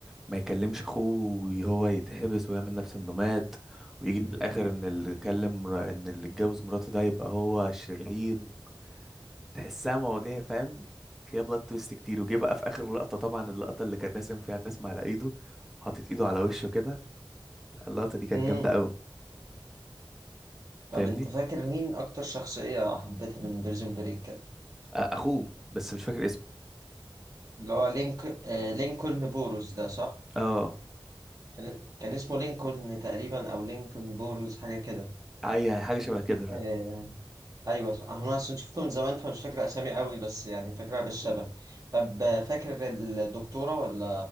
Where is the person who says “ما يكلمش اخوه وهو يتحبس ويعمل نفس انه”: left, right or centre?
Centre